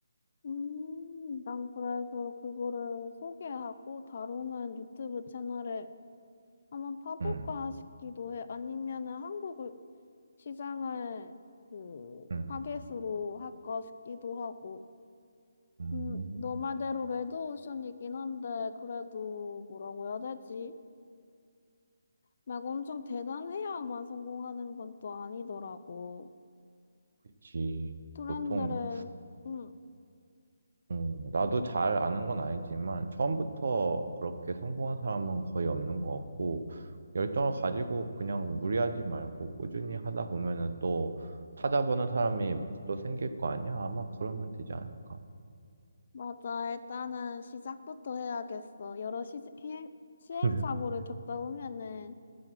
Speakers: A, on the left (about 50°); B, on the right (about 60°).
A: 음, 난 그래서 그거를 소개하고 다루는 유튜브 채널에 한번 파볼까
B: 응,
A: 싶기도 해. 아니면은 한국 시장을 그,
B: 응.
A: 타겟으로 할까 싶기도 하고.
B: 음,
A: 음, 너 말대로 레드오션이긴 한데, 그래도 뭐라고 해야 되지? 막 엄청 대단해야만 성공하는 건 또 아니더라고.
B: 그치.
A: 트렌드를,
B: 보통,
A: 응
B: 음, 나도 잘 아는 건 아니지만 처음부터 그렇게 성공한 사람은 거의 없는 것 같고 열정을 가지고 그냥 무리하지 말고 꾸준히 하다 보면은 또 찾아보는 사람이 또 생길 거 아니야? 아마 그러면 되지 않을까?
A: 맞아. 일단은 시작부터 해야겠어. 여러 시, 시행, 시행착오를
B: <laughs>
A: 겪다 보면은